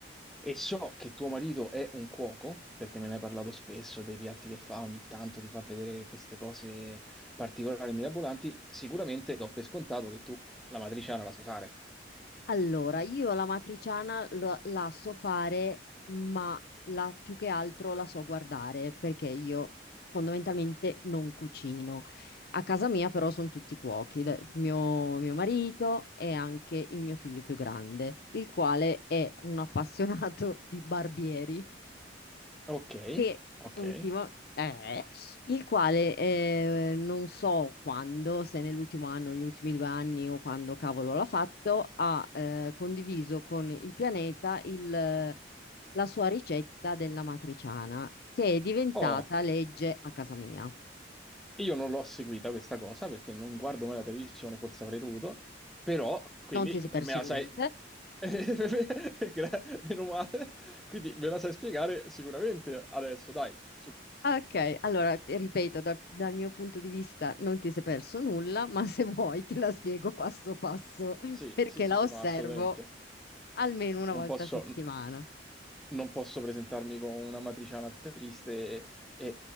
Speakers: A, in the centre; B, on the left.
A: e so che tuo marito è un cuoco, perché me ne hai parlato spesso dei piatti che fa, ogni tanto ti fa vedere queste cose particolari, mirabolanti, sicuramente do per scontato che tu la matriciana la sai fare.
B: Allora, io la matriciana lo- la so fare, ma la- più che altro la so guardare, perché io fondamentalmente non cucino. A casa mia però sono tutti cuochi, da- mio, mio marito e anche il mio figlio più grande, il quale è un appassionato <laughs> di barbieri.
A: Ok,
B: che
A: ok.
B: ultimo è, il quale eh, non so quando, se nell'ultimo anno, negli ultimi due anni o quando cavolo l'ha fatto, ha eh, condiviso con il pianeta il, eh, la sua ricetta della matriciana, che è diventata
A: Oh.
B: legge a casa mia.
A: Io non l'ho seguita questa cosa perché non guardo mai la televisione, forse avrei dovuto, però quindi
B: Non ti
A: eh,
B: sei perso
A: me la
B: niente.
A: sai. <laughs> Gra- Meno male. Quindi me la sai spiegare sicuramente adesso, dai. Su-
B: Ah, Ok, allora ti ripeto, dal, dal mio punto di vista non ti sei perso nulla, ma se <laughs> vuoi te la spiego passo passo <laughs>
A: Sì,
B: perché
A: sì, sì,
B: la
A: sì,
B: osservo
A: no, assolutamente.
B: almeno una
A: Non
B: volta
A: posso,
B: a settimana.
A: non posso presentarmi con una matriciana triste e, e-